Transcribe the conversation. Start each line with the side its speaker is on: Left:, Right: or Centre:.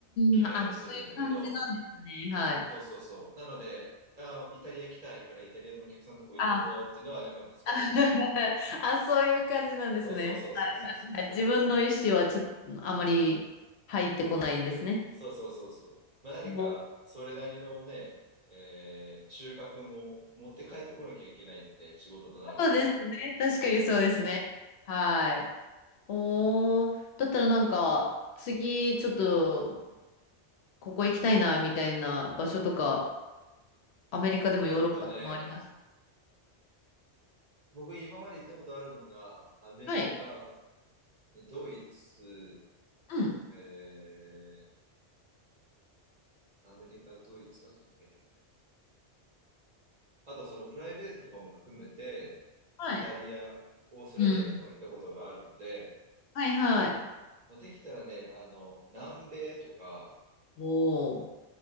Right: 決めたりするんだけど、
Left: ーん、あ、そういう感じなんですね。はい。
Right: そうそうそう。なので、あ、イタリア行きたいから、イタリアのお客さんのとこ行ってこうっていうのは、
Left: あ、
Right: なんか難しいん。
Left: <laughs> あ、そういう感じなんですね。
Right: そうそうそうそうそうそうそう。
Left: 自分の意思はちょっとあまり入ってこないんですね。
Right: そうそうそうそう。まあ、何か、
Left: もう
Right: それなりのね、えー収穫も持って帰ってこなきゃいけないんで、仕事となると。
Left: そうですね。確かにそうですね。
Right: うん。
Left: はい。おー、だったらなんか、次ちょっとここ行きたいな、みたいな場所とか、アメリカでもヨーロッパでもあります。
Right: えっとね、僕今まで行ったことあるのが、アメリカ、
Left: はい。
Right: ドイツ、
Left: うん。
Right: えー、アメリカ、ドイツ、あとどこか行ったかな。あとそのプライベートとかも含めて、
Left: はい。
Right: イタリア、オーストラリアとかは行ったことがあるので、
Left: うん。はいはい。
Right: まあ、できたらね、あの、南米とか、
Left: おー。